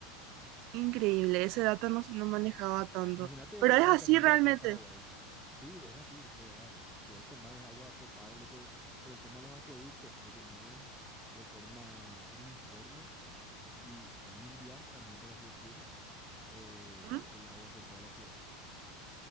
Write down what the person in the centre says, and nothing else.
Sí.
Imagínate
una
canilla
acá en Paraguay. Sí, es así, de verdad. Puedes tomar es agua potable por, por el tema de los acueductos, porque mueven de forma uniforme y limpia, también por así decir, eh,
el agua por toda la ciudad.